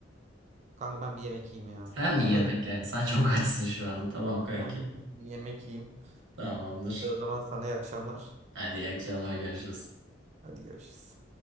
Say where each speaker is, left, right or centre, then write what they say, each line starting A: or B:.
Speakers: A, on the right; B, on the right.
A: Kanka ben bir yemek yiyeyim ya.
B: Sen
A: Çok
B: mi yemek
A: acıktım.
B: yani? Sen çok açsın şu anda. Tamam kanki.
A: Yani bir yemek yiyeyim.
B: Tamamdır.
A: Hadi o zaman sana iyi akşamlar.
B: Hadi iyi akşamlar görüşürüz.
A: Hadi görüşürüz.